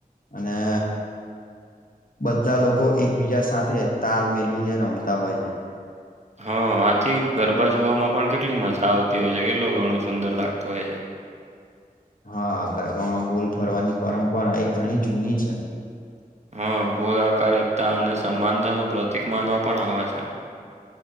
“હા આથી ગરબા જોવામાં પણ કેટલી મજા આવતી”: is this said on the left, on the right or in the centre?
Right